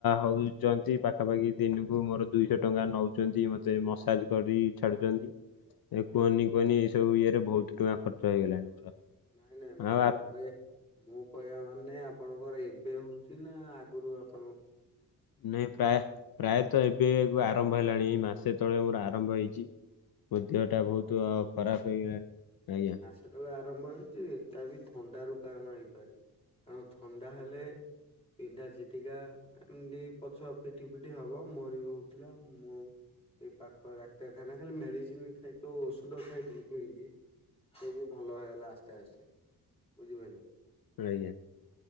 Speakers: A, on the left; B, on the left.
A: ହଉଛନ୍ତି ପାଖାପାଖି ଦିନକୁ ମୋର ଦୁଇଶ ଟଙ୍କା ନଉ ମତେ ମସାଜ କରି ଛାଡୁଛନ୍ତି। ଏ କୁହନି କୁହନି ଏଇ ସବୁ ଇଏରେ ବହୁତ ଟଙ୍କା ଖର୍ଚ୍ଚ ହେଇଗଲାଣି ମୋର।
B: ନାଇଁ ନାଇଁ ମୁଁ
A: ଆଉ
B: କହିବା ମୁଁ କହିବା ମାନେ ଆପଣଙ୍କର ଏବେ ହଉଛି ନା ଆଗୁରୁ ଆପଣ
A: ନାଇଁ ପ୍ରାୟ ପ୍ରାୟତ ଏବେ ଏବେ ଆରମ୍ଭ ହେଲାଣି ଏଇ ମାସେ ତଳେ ମୋର ଆରମ୍ଭ ହେଇଛି। ମୋ ଦେହ ଟା
B: ଅ
A: ବହୁତ ଖରାପ ହେଇଗଲାଣି ଆଜ୍ଞା।
B: ଏବେ ଆରମ୍ଭ ହେଇଛି ଏଟା ବି ଥଣ୍ଡାର କାରଣ ହେଇପାରେ କାରଣ ଥଣ୍ଡା ହେଲେ। ବିନ୍ଧା ଝିଟିକା। ଏମିତି ପଛ ପିଠି ପିଠି ହବ ମୋରି ବି ହଉଥିଲା ମୁଁ ଏଇ ପାଖ ଡାକ୍ତରଖାନା ଖାଲି ମେଡିସିନ ସେ ଯୋଉ ଔଷଧ ଖାଇଥିଲି କିଣିକି ସେ ବି ଭଲ ହେଇଗଲା ଆସ୍ତେ ଆସ୍ତେ। ବୁଝିପାରିଲ।
A: ଆଜ୍ଞା।